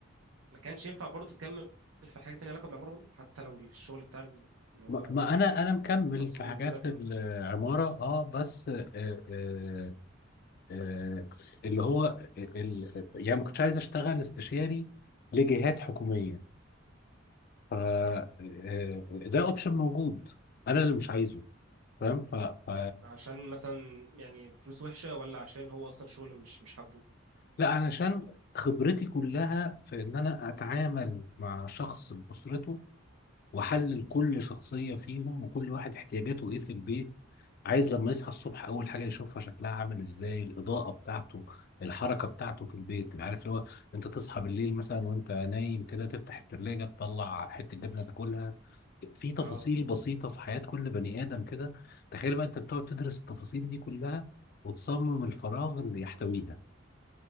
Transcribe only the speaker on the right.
ما كانش ينفع برضو تكمل في حاجة تانية علاقة بالعمارة برضو حتى لو الشغل بتاع ال- اللي هو
تصميم
وكده كان
عشان مثلا يعني فلوس وحشة ولا عشان هو أصلا شغل مش مش حابه
اه